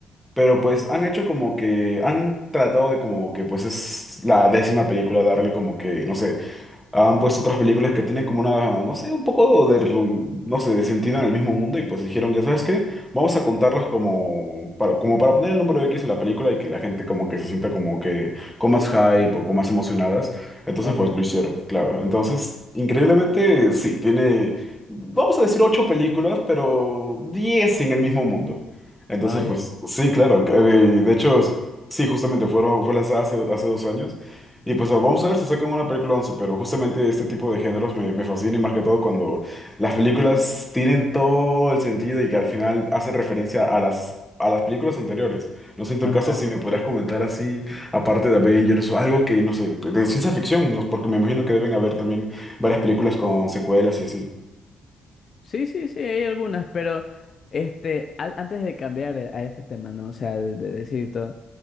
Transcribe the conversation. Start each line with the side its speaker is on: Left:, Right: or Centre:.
Centre: Pero
Left: Mm,
Centre: pues han hecho como que, han tratado de como que pues es la décima película darle como que, no sé, han puesto otras películas que tienen como una, no sé, un poco de, ru- no sé, de sentido en el mismo mundo y pues dijeron, ya sabes qué, vamos a contarlas como para, como para poner el número X en la película y que la gente como que se sienta como que con más hype o con más emocionadas. Entonces
Left: Ok.
Centre: pues lo hicieron, claro. Entonces, increíblemente, sí, tiene, vamos a decir ocho películas, pero 10 en el mismo mundo. Entonces
Left: Ah, ya.
Centre: pues sí, claro. que- eh, De hecho, sí, justamente fueron, fue lanzada hace, hace dos años. Y pues vamos a ver si sacan una película 11 pero justamente este tipo de géneros me, me fascina y más que todo cuando las películas tienen todo el sentido y que al final hacen referencia a las, a las películas anteriores. No sé en tu
Left: Ajá.
Centre: caso si me podrías comentar así, aparte de Avengers o algo que, no sé, de ciencia ficción, no- porque me imagino que deben haber también varias películas con secuelas y así.
Left: Sí, sí, sí, hay algunas, pero este, an- antes de cambiar eh, a este tema, ¿no? O sea, de de decir todo,